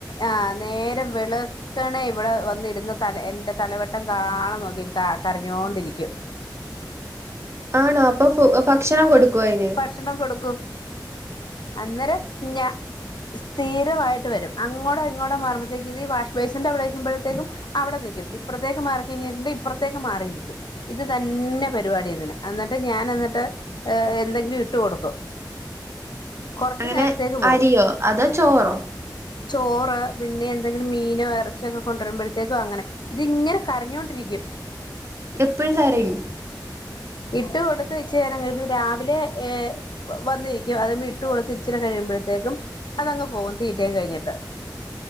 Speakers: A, on the left; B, on the right.
A: ആഹ് നേരം വെള്ക്ക്ണേ ഇവിടെ വന്നിര്ന്ന് തല എന്റെ തലവട്ടം കാണാനോക്കി കരഞ്ഞോ ണ്ടിരിക്കും
B: ആണോ അപ്പൊ ഫു ഭക്ഷണം കൊടുക്കൊയിന്
A: ഭക്ഷണം കൊടുക്കും അന്നേരം ഞ സ്ഥിരവായിട്ട് വരും അങ്ങോടോ ഇങ്ങോടോ മാറുമ്പത്തേക്ക് ഇത് വാഷ് ബൈസിന്റെ അവിടെ നിക്ക്മ്പോഴത്തേക്കും അവിടെ നിക്കും ഇപ്പറത്തേക്ക് മാറി കഴിഞ്ഞാ ഇത് ഇപ്പത്തേക്ക് മാ റി നിക്കും ഇത് തന്നെ പരിപാടിതിന് അന്നിട്ട് ഞാന് എന്നിട്ട് ഏ എന്തെങ്കിലും ഇട്ട് കൊട്ക്കും കൊറച്ച്നേരത്തേക്ക്
B: അങ്ങനെ
A: പോവും
B: അരിയോ അതോ ചോറോ
A: ചോറ് പിന്നെ എന്തെങ്കിലും മീനോ ഇറച്ചിയൊക്കെ കൊണ്ടുവരുമ്പോഴത്തേക്കും അങ്ങനെ ഇതിങ്ങനെ കരഞ്ഞൊണ്ടിരിക്കും
B: എപ്പഴും കരയും
A: ഇട്ട് കൊടുത്ത് ഇച്ചേരം കഴ് രാവിലെ ഏ വന്നിരിക്കും അത് ഇട്ട് കൊടുത്ത് ഇച്ചിരി കഴിയുമ്പോഴത്തേക്കും അതങ്ങ് പോവും പി റ്റേന്ന് കഴിഞ്ഞ്ട്ട്